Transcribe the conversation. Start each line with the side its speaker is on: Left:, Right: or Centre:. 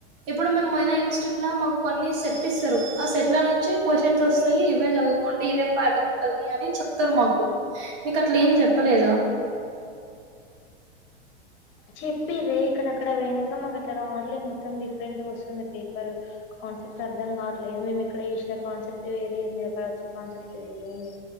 Right: ఇప్పుడు మేము మనా ఇన్స్టిట్యూట్ లో మాకు కొన్ని సెట్ ఇస్తారు ఆ సెట్ లో నుంచి క్వశ్చన్స్ వస్తాయి చదువుకోండి ఇదే బ్యాటర్ ఉంటది అని చెప్తారు మాకు మీకు అట్లే ఏం చెప్పలేదా
Left: చెప్పి రేఖను అక్కడ వేనంగా ట్లా ఆట్ల రావట్లే మొత్తం డిఫరెంట్ గా వస్తున్నాయి పేపర్ కన్స అర్థం కావట్లేదు మేము ఇక్కడ చేసిన కాన్సెప్ట్ వేరేంది అక్కడ వచ్చే కాన్సెప్ట్ వేరే ఉంది